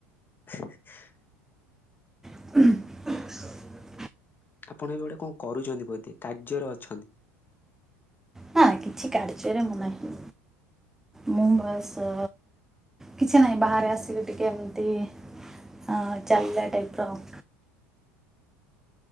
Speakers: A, on the left; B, in the centre.
A: <inaudible>
B: <inaudible>
A: ଆପଣ ଏବେ ଗୋଟେ କଣ କରୁଛନ୍ତି ବୋଧେ କାର୍ଯ୍ୟରେ ଅଛନ୍ତି?
B: ନା କିଛି କାର୍ଯ୍ୟରେ ମୁଁ ନାହିଁ। ମୁଁ ବାସ କିଛି ନାହିଁ ବାହାରେ ଆସିଲି ଟିକେ ଏମତି ଅ ଚାଲିଲ ଟାଇପ ର